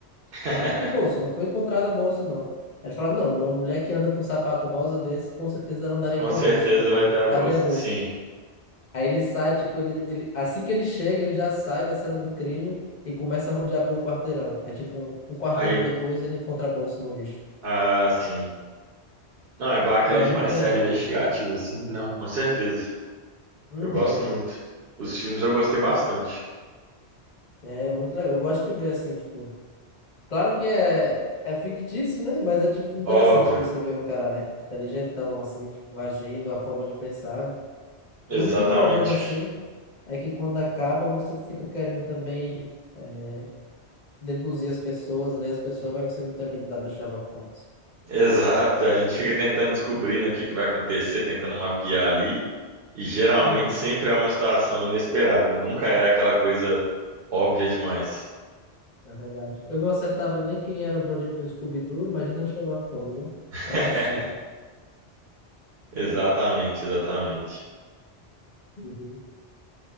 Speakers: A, on the right (about 65°); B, on the left (about 45°).
A: <laughs>
B: Todo mundo, que bolsa? Não foi encontrada a bolsa, não. Aí ele fala, não, uma mulher que anda com um sapato rosa desse, com certeza ela andaria
A: Com
B: com
A: certeza
B: a bolsa também.
A: vai ter a bolsa.
B: Cadê a bolsa?
A: Sim.
B: Aí ele sai, tipo, ele, ele, assim que ele chega, ele já sai da cena do crime e começa a rodear pelo quarteirão. Aí, tipo, um, um quarteirão
A: Aí,
B: depois, ele encontra a bolsa no lixo.
A: ah, sim. Não, é bacana
B: E é muito
A: demais
B: legal
A: série investigativa
B: isso.
A: assim. Não, com certeza.
B: Uhum.
A: Eu gosto muito. Os filmes eu gostei bastante.
B: É muito legal. Eu gosto de ver, assim, tipo, Claro que é, é fictício, né? Mas é, tipo, interessante
A: Óbvio.
B: você ver um cara inteligentão, assim, tipo, agindo, a forma de pensar. O
A: Exatamente.
B: único problema, assim, é que quando acaba, você fica querendo também é, deduzir as pessoas, ler as pessoas, mas você não tem habilidade do Sherlock Holmes,
A: Exato. A gente fica tentando descobrir, né, o que que vai acontecer, tentando mapear ali. E geralmente
B: Uhum.
A: sempre é uma situação inesperada, né? Nunca é aquela coisa óbvia demais.
B: na verdade. Eu não acertava nem quem era o bandido do Scooby-Doo, imagina o Sherlock Holmes, né?
A: <laughs>
B: Aí Eu desisti.
A: Exatamente, exatamente.
B: Uhum.